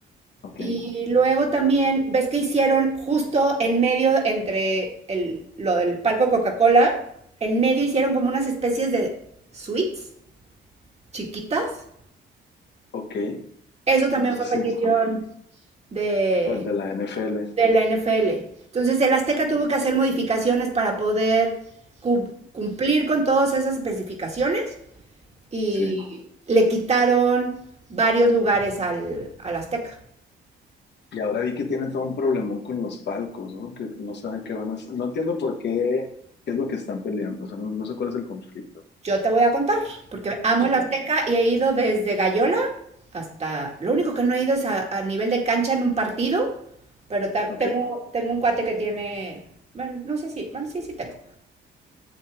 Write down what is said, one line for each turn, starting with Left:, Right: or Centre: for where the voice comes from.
Left: Ok.
Right: Y luego también, ves que hicieron justo en medio entre el, lo del palco Coca-Cola, en medio hicieron como unas especies de suites chiquitas
Left: Ok.
Right: Eso también
Left: No
Right: fue
Left: sé
Right: petición
Left: si es
Right: de,
Left: pues, de la NFL.
Right: de la NFL. Entonces, el Azteca tuvo que hacer modificaciones para poder cu- cumplir con todas esas especificaciones y
Left: Sí.
Right: le quitaron varios lugares al, al Azteca.
Left: Y ahora vi que tienen todo un problemón con los palcos, ¿no? Que no saben qué van a hacer. No entiendo por qué, qué es lo que están peleando. O sea, no, no sé cuál es el conflicto.
Right: Yo te voy a contar, porque amo
Left: Cuéntame.
Right: el Azteca y he ido desde Gallola hasta... Lo único que no he ido es a, a nivel de cancha en un partido, pero ta-
Left: Ok.
Right: tengo, tengo un cuate que tiene... Bueno, no sé si... Bueno, sí, sí tengo.